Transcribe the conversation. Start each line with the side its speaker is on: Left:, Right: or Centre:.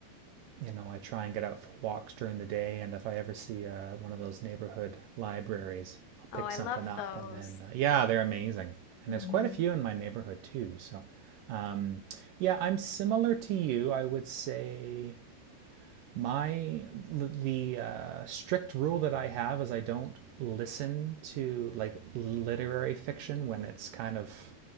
Right: you know, I try and get out for walks during the day, and if I ever see uh, one of those neighborhood libraries, I'll pick
Left: Oh, I
Right: something
Left: love
Right: up,
Left: those.
Right: and then uh, yeah, they're amazing, and
Left: Mm-hmm.
Right: there's quite a few in my neighborhood too. So, um, yeah, I'm similar to you. I would say my the uh, strict rule that I have is I don't listen to like literary fiction when it's kind of